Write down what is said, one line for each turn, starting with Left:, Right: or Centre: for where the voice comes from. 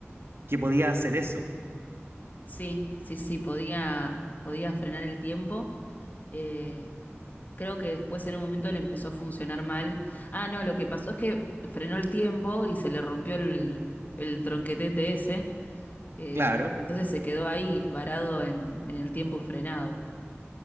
Right: que podía hacer eso.
Left: sí, sí, sí, podía, podía frenar el tiempo. Eh, creo que después en un momento le empezó a funcionar mal. Ah, no, lo que pasó es que frenó el tiempo y se le rompió el, el tronquetete ese Eh,
Right: Claro,
Left: entonces se quedó ahí, varado en, en el tiempo frenado.